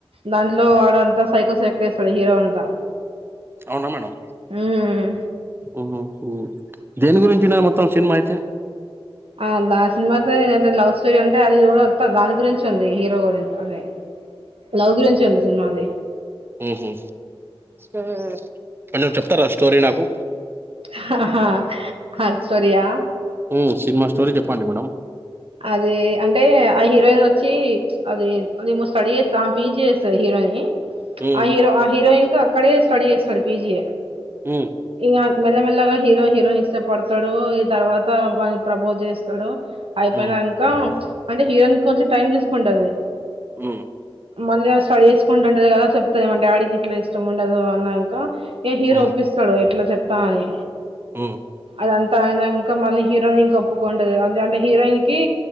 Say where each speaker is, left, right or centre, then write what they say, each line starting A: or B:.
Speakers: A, on the right; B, on the right.
A: దాంట్లో వాడంతా సైకో సైకో చేస్తాడు హీరో అంతా
B: అవునా మేడం
A: హ్మ్.
B: ఉమ్ హు దేని గురించినా మొత్తం సినిమా అయితే
A: ఆ దాసినమతే లవ్ స్టోరీ అంత అది కూడా త దాని గురించి ఉంది హీరో గురించి అదే లవ్ గురించి ఉంది ఉన్నది
B: ఉ హు ఆ కొంచెం చెప్తారా ఆ స్టో స్టోరీ నాకు
A: హ హ ఆ స్టోరీ యా
B: ఉ సినిమా స్టోరీ చెప్పండి మేడం
A: అది అంటే ఆ హీరోయిన్ వచ్చి అది అదేమో స్టడీ చేస్తా పీజీ చేస్తది హీరోయిని
B: మ్మ్
A: ఆ హీరో ఆ హిరోయిన్ అక్కడే స్టడిచేస్తడు పీజీ
B: మ్మ్
A: ఇంగాన్ మెల్లమెల్లగా హీరో హీరోయిన్ ఇష్ట పడతాడో ఈ తర్వాత వాని ప్రపోజ్ చేస్తాడో అయిపోయినాంకా
B: మ్మ్
A: అంటే హీరోయిన్ కొంచెం టైం తీసు కుంటది
B: ఉమ్
A: మళ్ళీ ఆ స్టడీ చేసుకుంటుంటుది కదా చెప్తుది మన డాడీకి ఇట్లా ఇష్టం ఉండదు అన్నాక ఏ హీరో
B: మ్మ్
A: ఒప్పిస్తాడు ఇట్లా చెప్తా అని
B: మ్మ్
A: అదంత అయినంక మళ్ళీ హీరోన్ ఇంక ఒప్పుకోండదు అది అంత హీరోయిన్ కి